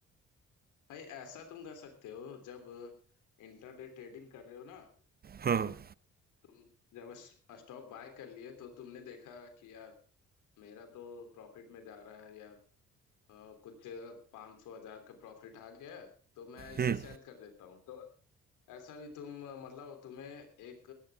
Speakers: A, on the left; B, on the right.
A: भाई ऐसा तुम कर सकते हो जब इंटरडे ट्रेडिंग कर रहे हो ना तो
B: हाँ हाँ,
A: तुम जब स्टॉक बाय कर लिए तो तुमने देखा कि यार मेरा तो प्रॉफिट में जा रहा है यार अ, कुछ पाँच सौ हजार का प्रॉफिट आ गया है तो मैं इसे
B: हम्म
A: सेल कर देता हूँ तो ऐसा भी तुम अ, मतलब तुम्हें एक